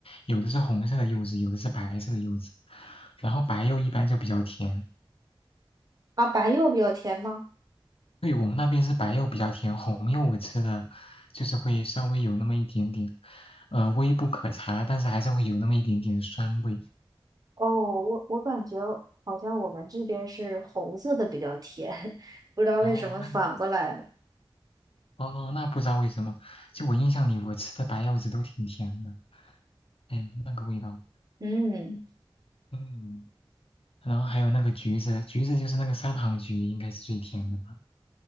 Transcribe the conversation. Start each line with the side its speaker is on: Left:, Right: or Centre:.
Left: 有的是红色的柚子，有的是白色的柚子。然后白柚一般就比较甜。
Right: 啊，白柚比较甜吗？
Left: 对，我们那边是白柚比较甜，红柚我吃的就是会稍微有那么一点点，呃，微不可察，但是还是会有那么一点点酸味。
Right: 哦，我我感觉好像我们这边是红色的比较甜，<laughs> 不知道为什么反过来了。
Left: 哦，那哦，那不知道为什么，就我印象里我吃的白柚子都挺甜的，哎呀，那个味道，
Right: 嗯。
Left: 嗯，然后还有那个橘子，橘子就是那个砂糖橘，应该是最甜的吧。